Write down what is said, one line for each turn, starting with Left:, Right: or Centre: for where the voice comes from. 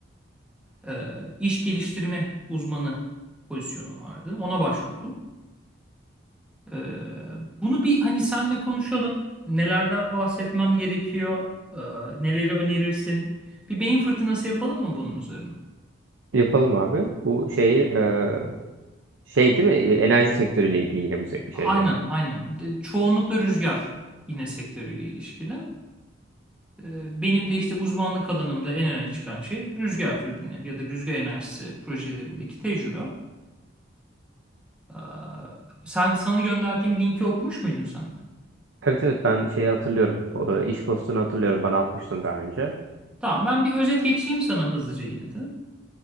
Centre: e, iş geliştirme uzmanı pozisyonu vardı. Ona başvurdum. Ee, bunu bir hani senle konuşalım. Nelerden bahsetmem gerekiyor? Ee, neleri önerirsin? Bir beyin fırtınası yapalım mı bunun üzerine?
Right: Yapalım abi. Bu şeyi e, şey değil mi? E, Enerji sektörüyle ilgili yine bu sek-
Centre: Aynen,
Right: şeyde.
Centre: aynen. De- çoğunlukla rüzgar yine sektörüyle ilişkili. Ee, Benim de işte uzmanlık alanımda en öne çıkan şey rüzgar türbini ya da rüzgar enerjisi projelerindeki tecrübe. Ee, Sen sana gönderdiğim linki okumuş muydun sen de?
Right: Evet evet ben şeyi hatırlıyorum. O, e, iş postunu hatırlıyorum. Bana atmıştın daha önce.
Centre: Tamam, ben bir özet geçeyim sana hızlıca yine de.